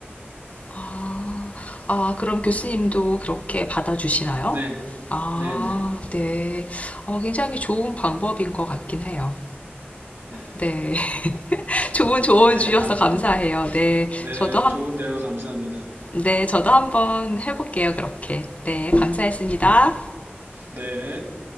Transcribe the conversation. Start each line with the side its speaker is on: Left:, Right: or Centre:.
Left: 아, 아, 그럼 교수님도 그렇게 받아주시나요?
Right: 네,
Left: 아,
Right: 네, 네,
Left: 네. 어, 굉장히 좋은 방법인 것 같긴 해요.
Right: 네,
Left: 네. <laughs> 좋은 조언
Right: 네,
Left: 주셔서
Right: 감사합니다.
Left: 감사해요. 네.
Right: 네,
Left: 저도 한,
Right: 좋은 대화 감사합니다.
Left: 네. 저도 한번 해볼게요. 그렇게. 네. 감사했습니다.
Right: 네.